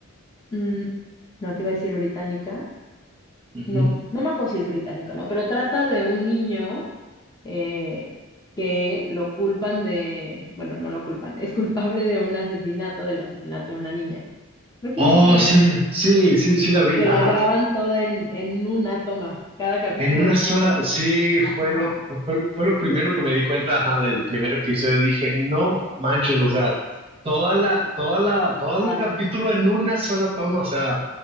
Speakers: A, on the left (about 15°); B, on the right (about 25°).
A: mm, no te iba a decir británica,
B: Ujú.
A: no, no me acuerdo si es británico, ¿no? Pero trata de un niño. eh, que lo culpan de, bueno, no lo culpan, <laughs> es culpable de un asesinato, del asesinato de una niña. Creo que
B: Oh,
A: sí es británica.
B: sí, sí, sí, sí la vi,
A: Que
B: ajá.
A: la graban toda en, en una toma, cada capítulo
B: En una
A: en una
B: sola,
A: toma.
B: sí,
A: Ajá.
B: fue lo, fue, fue lo primero que me di cuenta, ajá, del primer episodio. Dije, no manches, o sea, toda la, toda la,
A: Sí,
B: todo
A: wow.
B: el capítulo en una sola toma, o sea,